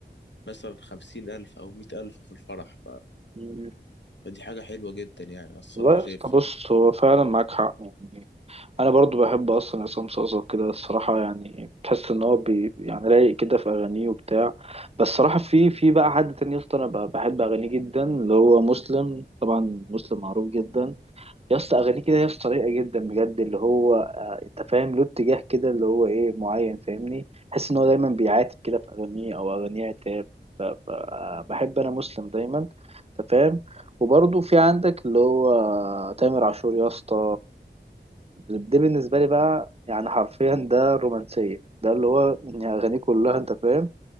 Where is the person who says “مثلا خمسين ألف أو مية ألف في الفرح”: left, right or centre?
Left